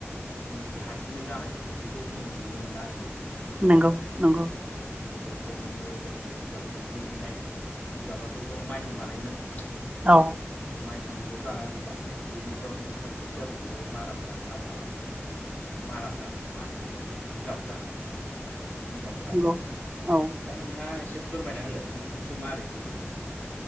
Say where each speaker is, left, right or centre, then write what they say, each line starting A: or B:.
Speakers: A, on the left (about 30°); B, on the right (about 25°).
A: जेनिखि हारसिंनो जानाय बेफोरखौ जों नुनो मोनला आरो मैखुनखौहाय
B: नोंगौ नंगौ
A: औ गोदोथ नोङो जेनेबा जिगाब दोनहैनाय जिगाबाथ ज मायहुं बानायोमोन
B: औ
A: माइ हुंथ दाना गैला दुब्लिफ्रावनो फोरोरसा फोरसि जाबोजोबो माराफ्रा आ माबा माराफ्रा मा होनगोन मोनलाय बिखौ जिगाबफ्रा जिगाबफोरा
B: नंगौ
A: नोंथां
B: औ
A: दा नोंथाङा एसे फोरमायना होलाय नोंसिनिथिं मारै बे माने